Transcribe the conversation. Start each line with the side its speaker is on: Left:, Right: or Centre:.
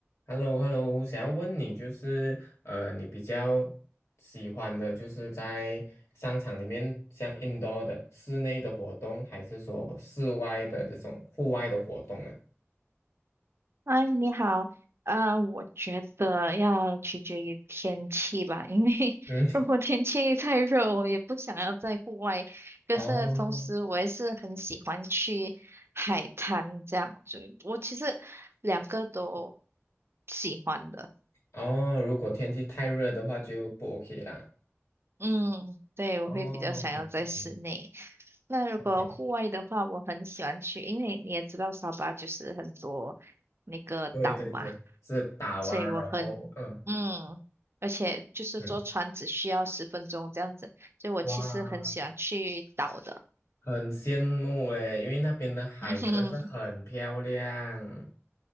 Left: h e l l o h e l l o 想要问你就是，呃，你比较喜欢的就是在商场里面，像 indoor 的室内的活动，还是说室外的这种户外的活动呢？
Right: 哎，你好，啊、我觉得要取决于天气吧，因为
Left: 嗯，
Right: <laughs> 如果天气太热，我也不想要在户外。可是同时，
Left: 哦 <laughs>
Right: 我也是很喜欢去海滩这样子。我其实两个都喜欢的。
Left: 哦，如果天气太热的话就不 OK 啦。
Right: 嗯，对，我会比较想要在室内。
Left: 哦，OK
Right: 那如果户外的话，
Left: OK，
Right: 我很喜欢去，因为你也知道沙巴就是很多那个岛嘛。
Left: 对对对，是岛啊，
Right: 所以我很嗯，
Left: 然后嗯
Right: 而且就是坐船只需要十分钟这样子，
Left: 嗯，
Right: 所以我其实很喜欢去岛的。
Left: 哇，很羡慕诶，因为那边的海真的是很漂亮。
Right: <laughs>